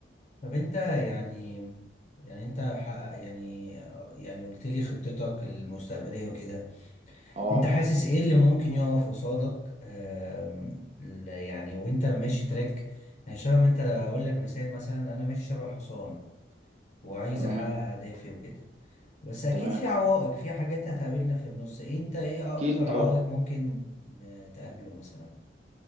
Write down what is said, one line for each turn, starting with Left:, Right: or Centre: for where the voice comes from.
Left: طب انت يعني يعني انت حقق يعني يعني قلت لي خطتك المستقبلية وكده
Right: اه
Left: انت حاسس ايه اللي ممكن يقف قصادك آم، ال- يعني وانت ماشي تراك يعني شبه ما انت اقول لك مثال مثلا انا ماشي شبه الحصان وعايز
Right: تمام
Left: احقق اهدافي وكده بس اكيد
Right: تمام
Left: في عوائق في حاجات هتقابلنا في النص انت ايه
Right: اكيد
Left: اكتر
Right: طبعا
Left: عائق ممكن آه، تقابله مثلا